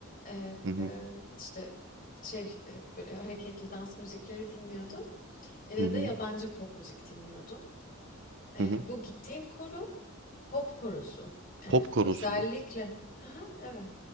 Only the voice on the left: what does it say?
eee,
işte, şey, eee, böyle hareketli dans müzikleri dinliyordum ya
da yabancı pop müzik dinliyordum. Eee,
bu gittiğim koro, pop korosu. Yani
özellikle
<laughs> Hı evet.